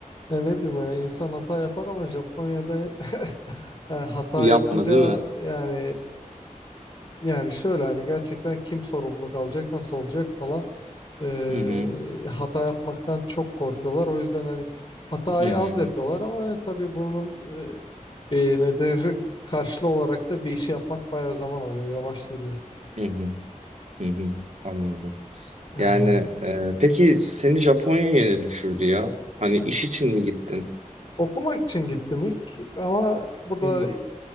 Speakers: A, on the left (about 50°); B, on the right (about 55°).
A: Ya ne bileyim ya insan hata yapar ama Japonya'da <laughs> e, hata
B: Yapma
A: yapınca
B: değil mi?
A: yani yani şöyle hani gerçekten kim sorumluluk alacak nasıl olacak falan e,
B: Hı hı,
A: hata yapmaktan çok korkuyorlar. O yüzden hani hatayı
B: hı hı,
A: az yapıyorlar ama tabii bunun e, e, nedeni karşılığı olarak da bir işi yapmak bayağı zaman alıyor, yavaştırıyor.
B: hı hı, hı hı. Anladım.
A: Ya,
B: Yani e, peki seni Japonya'ya ne düşürdü ya? Hani iş için mi gittin?
A: Okumak için gittim ilk ama burada
B: Hı hı.